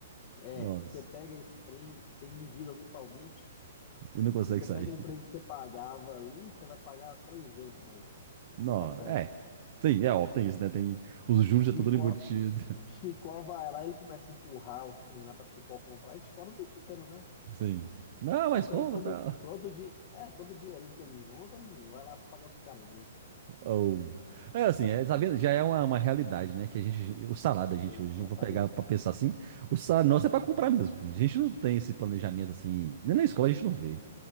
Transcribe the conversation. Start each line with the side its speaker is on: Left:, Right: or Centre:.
Left: é
Right: Nossa,
Left: que você pega esse trem, você endivida totalmente.
Right: e não consegue
Left: Que você
Right: sair.
Left: pega um
Right: <laughs>
Left: trem que você pagava ali, você vai pagar três vezes mais.
Right: Não,
Left: Você parcelando.
Right: é. Sim, é óbvio, tem isso, né? Tem os juros
Left: Chico,
Right: já tudo embutido.
Left: Chicó vai lá, ele começa a empurrar os trem lá pra Chicó comprar, e Chicó não tem dinheiro, né?
Right: <laughs> Sim. Não,
Left: Só
Right: mas
Left: que
Right: compra,
Left: aí todo,
Right: tá?
Left: todo, di... é, todo dinheirinho que ele junta, ele vai lá pra pagar os caras, né?
Right: Ou. É assim, é, tá vendo? Já é uma, uma realidade, né? Que a gente. O salário da gente
Left: Exatamente.
Right: hoje, vou pegar pra pensar assim, o salário nosso é pra comprar mesmo. A gente não tem esse planejamento assim. Nem na escola a gente não vê.